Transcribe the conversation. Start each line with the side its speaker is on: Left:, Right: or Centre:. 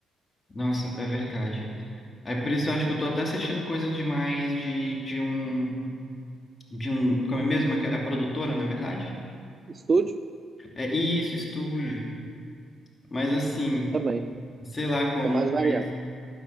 Left: nossa, é verdade. É por isso eu acho que eu tô até assistindo coisas demais de, de um. de um, como é mesmo, a a produtora, na verdade?
Right: Estúdio?
Left: É isso, estúdio. Mas assim,
Right: Também.
Left: sei lá como.
Right: Tô mais variado.
Left: mas